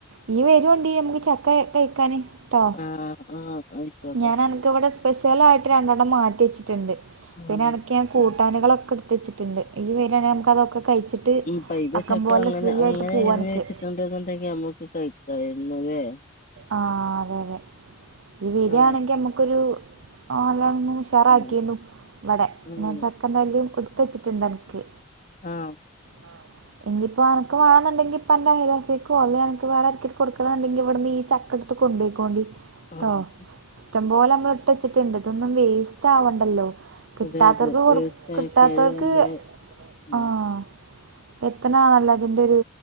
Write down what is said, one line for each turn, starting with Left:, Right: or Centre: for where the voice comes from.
Right: നീ വരോണ്ടീം നമുക്ക് ചക്ക കഴിക്കാന്. ട്ടോ
Left: ആഹ് ആഹ്. ആയിക്കോട്ടെ
Right: ഞാൻ അനക്ക് ഇവിടെ സ്പെഷ്യലായിട്ട് രണ്ടണം മാറ്റി വെച്ചിട്ടുണ്ട്.
Left: ആഹ്
Right: പിന്നെ അനക്ക്- ക്ക്‌ ഞാൻ കൂട്ടാനുകളൊക്കെ
Left: ഉം
Right: എടുത്തുവച്ചിട്ടുണ്ട് നീ വരുവാണെ നമുക്ക്‌ അതൊക്കെ കഴിച്ചിട്ട്-
Left: ഉ പഴുത്തചക്ക
Right: അക്കം പോലെ
Left: അങ്ങനെ
Right: ഫ്രീ
Left: അങ്ങനെ
Right: ആയിട്ട് പോവാ
Left: എഴ <unintelligible>
Right: അനക്ക്
Left: ഞ്ഞഞ് വെച്ചിട്ടുണ്ട്ന്നുണ്ടെങ്കിൽ നമ്മുക്ക് കഴിക്കരുന്നു അല്ലേ
Right: ആഹ് അതെ അതെ നീ വരിയാണെങ്കിൽ
Left: ആഹ്
Right: നമുക്കൊരു നല്ലോ <unintelligible> ണം. വെറാക്കിന്നും
Left: ആഹ്
Right: ഇവിടെ
Left: അങ്ങനെ
Right: ഞാൻ ചക്ക നല്ലും എടുത്ത് വച്ചിട്ടുണ്ട് അനക്ക്.
Left: ആഹ്
Right: ആഹ് ഇനിയിപ്പോ അനക്ക് വേണോന്നുണ്ടെങ്കിൽ ഇപ്പ നിന്റെ അയൽവാസിക്കൊ അല്ലേ അനക്ക് വേറെ ഓരോത്തർക്ക് കൊടുക്കണുണ്ടെങ്കിൽ ഇവിടെ നീ - ചക്ക എടുത്ത് കൊണ്ടോയ്ക്കേണ്ടി
Left: ആഹ്
Right: കേട്ടോ ഇഷ്ടം പോലെ നമ്മള് - ട്ടച്ച്ട്ട്ണ്ട് ഇതൊന്നും വേസ്റ്റാവണ്ടല്ലോ. കിട്ടാത്തോർക്ക്
Left: അതെ അതെ
Right: കൊട്
Left: വേസ്റ്റ്
Right: കിട്ടാത്തോർക്ക്
Left: ആക്കിയാല് നമ്മള് ഉം
Right: ആഹ് എത്ത്ണാണല്ലോ അതിൻ്റൊര്